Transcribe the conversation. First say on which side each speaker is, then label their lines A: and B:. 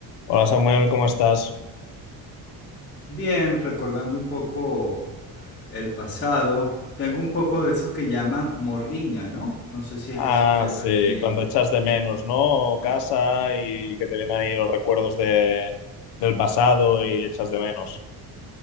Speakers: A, on the left; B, on the left.
A: Hola Samuel, ¿cómo estás?
B: Bien, recordando un poco el pasado, tengo un poco de eso que llaman morriña, ¿no? No sé si es
A: Ah,
B: eso que
A: sí,
B: aquí en...
A: cuando echas de menos, ¿no? Casa y que te vienen ahí los recuerdos de, del pasado y echas de menos.